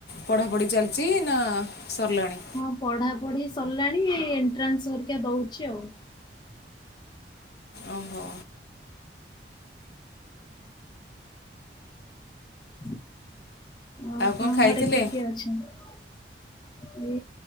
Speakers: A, on the left; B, on the left.
A: ପଢାପଢି ଚାଲିଛି ନା ସରିଲାଣି।
B: ହଁ ପଢାପଢି ସରିଲାଣି ଏଇ ଏଣ୍ଟ୍ରାନ୍ସ ହରିକ ଦଉଛି ଆଉ।
A: ଓହୋ।
B: ଆ ଆଉ ଆପଣଙ୍କ
A: କ'ଣ ଖାଇଥିଲେ
B: ଘରେ କିଏ କିଏ ଅଛନ୍ତି।